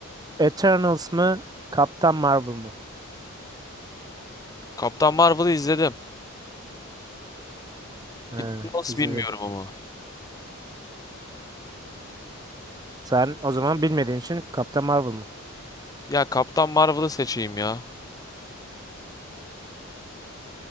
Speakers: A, on the right; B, on the left.
A: Eternals mı? Kaptan Marvel mı?
B: Kaptan Marvel'ı izledim.
A: Ha,
B: Eternals
A: izledin.
B: bilmiyorum ama.
A: Sen o zaman bilmediğin için Kaptan Marvel mı?
B: Ya Kaptan Marvel'ı seçeyim ya.